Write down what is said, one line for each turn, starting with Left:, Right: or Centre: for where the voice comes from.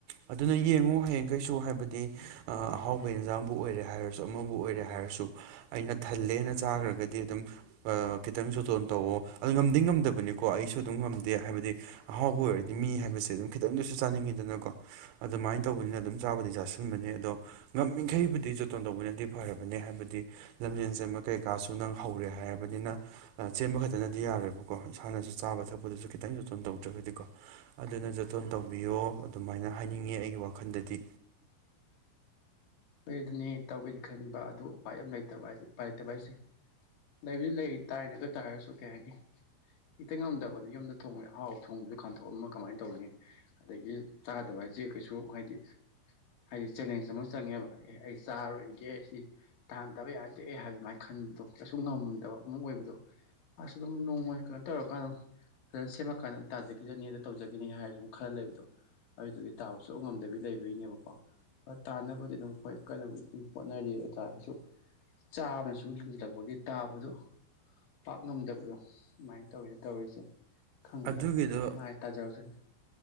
Right: ꯑꯗꯨꯅ ꯌꯦꯡꯉꯣ ꯍꯌꯦꯡ ꯈꯩꯁꯨ ꯍꯥꯏꯕꯗꯤ ꯑ ꯑꯍꯥꯎꯕ ꯍꯦꯟꯖꯥꯡꯕꯨ ꯑꯣꯏꯔꯦ ꯍꯥꯏꯔꯁꯨ ꯑꯃꯕꯨ ꯑꯣꯏꯔꯦ ꯍꯥꯏꯔꯁꯨ ꯑꯩꯅ ꯊꯜꯂꯦꯅ ꯆꯥꯒ꯭ꯔꯒꯗꯤ ꯑꯗꯨꯝ ꯑ ꯈꯤꯇꯪ ꯖꯣꯇꯣꯟ ꯇꯧꯋꯣ ꯑ ꯉꯝꯗꯤ ꯉꯝꯗꯕꯅꯤꯀꯣ ꯑꯩꯁꯨ__ ꯑꯩꯁꯨ ꯑꯗꯨꯝ ꯉꯝꯗꯦ ꯍꯥꯏꯕꯗꯤ ꯑꯍꯥꯎꯕ ꯑꯣꯏꯔꯗꯤ ꯃꯤ ꯍꯥꯏꯕꯁꯦ ꯑꯗꯨꯝ ꯈꯤꯇꯪꯗꯁꯨ ꯆꯥꯅꯤꯡꯉꯤꯗꯅꯀꯣ ꯑꯗꯨꯃꯥꯏꯅ ꯇꯧꯕꯅꯤꯅ ꯑꯗꯨꯝ ꯆꯥꯕꯗꯤ ꯆꯥꯁꯤꯟꯒꯅꯤ ꯑꯗꯣ ꯉꯝꯃꯤꯈꯩꯕꯨꯗꯤ ꯖꯣꯇꯣꯟ ꯇꯧꯕꯅꯗꯤ ꯐꯔꯕꯅꯦ ꯍꯥꯏꯕꯗꯤ ꯂꯝꯖꯦꯟ ꯆꯦꯟꯕ ꯀꯩꯀꯥꯁꯨ ꯅꯪ ꯍꯧꯔꯦ ꯍꯥꯏꯔꯕꯅꯤꯅ ꯆꯦꯟꯕ ꯈꯛꯇꯅꯗꯤ ꯌꯥꯔꯣꯏꯕꯀꯣ ꯏꯁꯥꯅꯁꯨ__ ꯆꯥꯕ ꯊꯛꯄꯗꯁꯨ ꯈꯤꯇꯪ ꯖꯣꯇꯣꯟ ꯇꯧꯗ꯭ꯔꯒꯗꯤꯀꯣ ꯑꯗꯨꯅ ꯖꯣꯇꯣꯟ ꯇꯧꯕꯤꯌꯣ ꯑꯗꯨꯃꯥꯏꯅ ꯍꯥꯏꯅꯤꯡꯉꯦ ꯑꯩꯒꯤ ꯋꯥꯈꯜꯗꯗꯤ
Left: ꯑꯩ ꯑꯗꯨꯅꯦ ꯇꯧꯒꯦꯗꯤ ꯈꯟꯕ ꯑꯗꯨꯒ ꯎꯄꯥꯏ ꯌꯥꯝ ꯂꯩꯇꯕ ꯍꯥꯏꯁꯦ ꯎꯄꯥꯏ ꯂꯩꯇꯕ ꯍꯥꯏꯁꯦ ꯂꯩꯕꯨꯗꯤ ꯂꯩ ꯇꯥꯅꯤ ꯑꯗꯨ ꯑꯣꯏ ꯇꯥꯔꯁꯨ ꯀꯩ ꯍꯥꯏꯅꯤ ꯏꯇꯪ ꯉꯝꯗꯕꯗ ꯌꯨꯝꯗ ꯊꯣꯡ ꯑꯍꯥꯎ ꯊꯣꯡꯕꯗ ꯈꯥꯟꯊꯣꯛꯑꯝꯃ ꯀꯃꯥꯏꯅ ꯇꯧꯔꯨꯅꯤ ꯑꯗꯒꯤ ꯆꯥꯗꯕ ꯍꯥꯏꯁꯦ ꯀꯩꯁꯨ ꯍꯥꯏꯗꯤ ꯍꯥꯏꯗꯤ ꯆꯦꯂꯦꯟꯖ ꯑꯃ ꯆꯪꯉꯦꯕ ꯑꯦ ꯑꯩ ꯆꯥꯔꯨꯣꯏꯒꯦ ꯁꯤ ꯇꯥꯍꯟꯗꯕ ꯌꯥꯗꯦ ꯍꯥꯏꯗꯨꯃꯥꯏꯅ ꯈꯟꯕꯗꯣ ꯀꯩꯁꯨ ꯉꯝꯗꯕ ꯑꯃ ꯑꯣꯏꯕꯗꯣ ꯑꯁ ꯑꯗꯨꯝ ꯅꯣꯡꯃ ꯀꯩꯅꯣ ꯇꯧꯔꯀꯥꯟꯗ ꯑꯗꯨꯝ ꯐꯖꯅ ꯁꯦꯝꯃꯛꯀꯥꯟꯗ ꯇꯥꯖꯈꯤꯖꯅꯤ ꯑꯗ ꯇꯧꯖꯒꯅꯤ ꯍꯥꯏꯔꯁꯨ ꯁꯨꯝ ꯈꯔ ꯂꯩꯕꯗꯣ ꯑꯗꯨꯗꯨꯒꯤ ꯇꯥꯕꯁꯨꯉꯝꯗꯕꯤ ꯂꯩꯕꯒꯤꯅꯦꯕꯀꯣ ꯑꯥ ꯇꯥꯅꯕꯗꯤ ꯑꯗꯨꯝ ꯈꯣꯏ ꯀꯟꯅꯕꯨꯗꯤ ꯑꯗꯨꯝ ꯍꯣꯠꯅꯔꯤ ꯍꯥꯏ ꯇꯥꯔꯒꯁꯨ ꯆꯥꯕꯅ ꯁꯨꯝ ꯍꯦꯟꯖꯜꯂꯛꯄꯒꯤ ꯇꯥꯕꯗꯣ ꯄꯥꯛ ꯉꯝꯗꯕꯗꯣ ꯑꯗꯨꯃꯥꯏꯅ ꯇꯧꯔꯤꯅ ꯇꯧꯔꯤꯁꯦ ꯈꯪꯗꯦꯗ
Right: ꯑꯗꯨꯒꯤꯗꯣ
Left: ꯑꯗꯨꯝ ꯃꯥꯏ ꯇꯥꯖꯔꯛꯀꯅꯤ